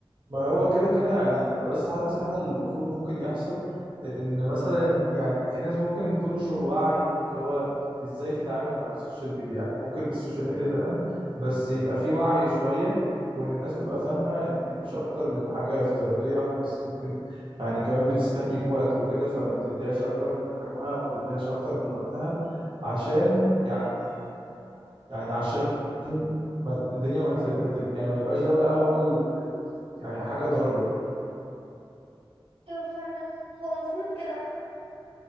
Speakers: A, on the right (about 65°); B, on the right (about 85°).
A: ما هو كده كده يعني انا بس حاسس ان احنا اللي المفروض ممكن يحصل ان مثلا يعني في ناس ممكن تنشر وعي اللي هو ازاي تتعامل مع السوشيال ميديا يعني ممكن السوشيال ميديا تمام بس يبقى في وعي شوية وان الناس تبقى فاهمة ان دي مش اكتر من حاجة افتراضية احنا بس ممكن يعني كمان بتستهلك وقت وكده فما تديهاش اكبر من حجمها وما تديهاش اكتر من وقتها عشان يعني يعني عشان ما الدنيا ما ت... ما تب... يعني ما يبقاش ده بقى هو يعني حاجة ضارة
B: ايوه فعلا هو مفروض كده